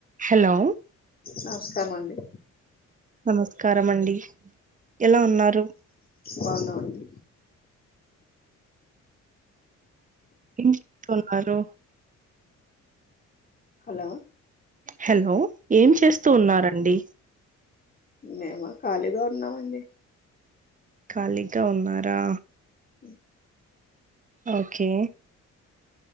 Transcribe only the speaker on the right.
Hello
నమస్కారం అండి ఎలా ఉన్నారు
ఏం చేత వున్నారు
హలో ఏం చేస్తూ ఉన్నారండి
ఖాళీగా ఉన్నారా
ఓకే